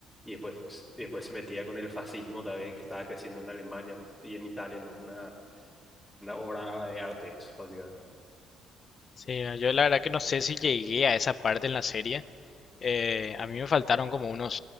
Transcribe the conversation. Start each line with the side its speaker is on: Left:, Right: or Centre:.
Centre: Y después, y después se metía con el fascismo también que estaba creciendo en Alemania y en Italia, en una, una obra de arte, eso, básicamente.
Left: Sí, no, yo la verdad que no sé si llegué a esa parte en la serie. Eh, a mí me faltaron como unos